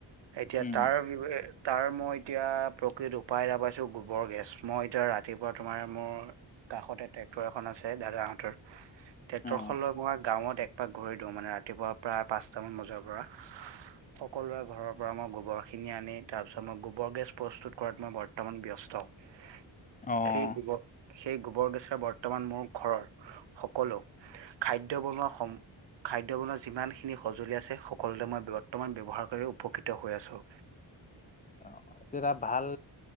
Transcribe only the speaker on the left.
উম,
অ',
অ',
অ' এইটো এটা ভাল